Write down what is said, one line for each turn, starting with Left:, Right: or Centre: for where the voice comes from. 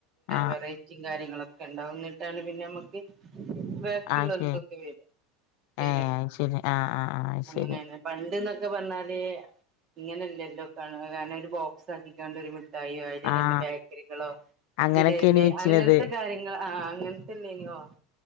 Left: ആഹ്
Right: വെറൈറ്റിയും കാര്യങ്ങളൊക്കെ ഉണ്ടാവുന്നിട്ടാണ് പിന്നെ നമ്മുക്ക് ബാക്കിയുള്ളലത്തൊക്കെ
Left: അയ് ശരി
Right: വര് ശരിയാണ്
Left: ഏഹ് അയ് ശരി ആഹ് ആഹ് ആഹ് അയ്
Right: അങ്ങനെയന്നെ
Left: ശരി
Right: പണ്ട്ന്നൊ ക്കെ പറഞ്ഞാല് ഇങ്ങനെയല്ലല്ലോ കാണ ഒരു ബോക്സ് ആക്കണ്ട മിഠായിയോ അതില്
Left: ആഹ്
Right: രണ്ട് ബേക്കറികളോ
Left: അങ്ങനൊക്കേനി
Right: ജിലേബി
Left: വെച്ചിനത്
Right: അങ്ങനത്തെ കാര്യങ്ങൾ ആ അങ്ങനത്തല്ലെങ്ങോ